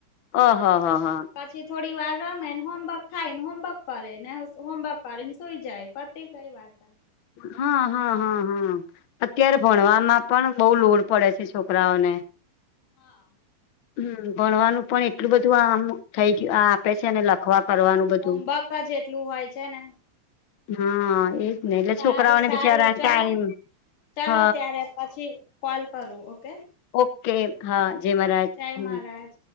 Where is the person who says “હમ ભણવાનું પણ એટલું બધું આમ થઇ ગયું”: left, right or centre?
Left